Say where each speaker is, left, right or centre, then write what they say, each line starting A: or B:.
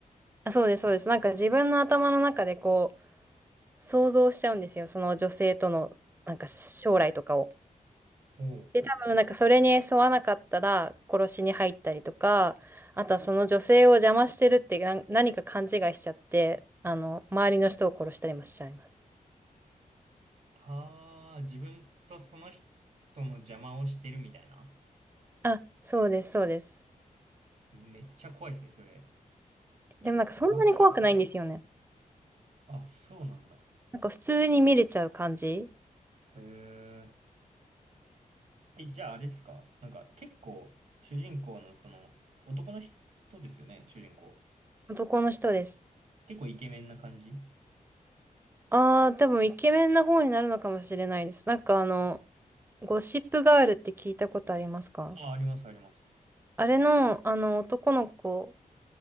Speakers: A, on the right; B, on the right.
A: あ、そうです、そうです。なんか自分の頭の中でこう想像しちゃうんですよ。その女性とのなんか将来とかを。
B: ほう。
A: で、多分なんかそれに沿わなかったら殺しに入ったりとか、あとはその女性を邪魔してるってな何か勘違いしちゃって、あの、周りの人を殺したりもしちゃいます。
B: ああ、自分とその人の邪魔をしてるみたいな。
A: あ、そうです、そうです。
B: めっちゃ怖いですね、それ。
A: でもなんかそんなに怖くないんですよね。
B: 結構、ホラー系。あ、そうなんだ。
A: なんか普通に見れちゃう感じ。
B: へえ。え、じゃああれですかなんか結構、主人公のその、男の人ですよね、主人公。
A: 男の人です。
B: 結構イケメンな感じ
A: ああ、多分イケメンな方になるのかもしれないです。なんかあの、ゴシップガールって聞いたことありますか
B: あ、あります、あります。
A: あれの、あの、男の子